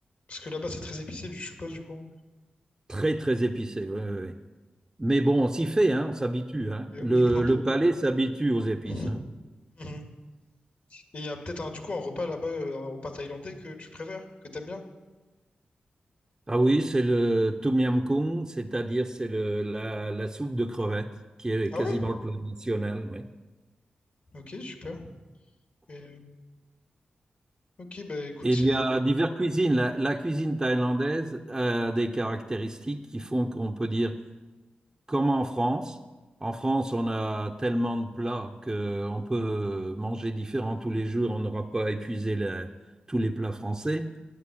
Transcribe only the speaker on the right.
Très très épicée. oui, oui, oui. Mais bon, on s'y fait, hein, on s'habitue, hein.
Le,
le palais s'habitue aux épices,
hein.
Ah oui, c'est le tom yam goong, c'est-à-dire c'est le la, la soupe de crevettes qui est
quasiment
le plat national, oui.
Et
il y a diverses cuisines. La, la cuisine thaïlandaise a des caractéristiques qui font qu'on peut dire, comme en France, en France, on a tellement de plats qu'on peut manger différents tous les jours, on n'aura pas épuisé la- tous les plats français.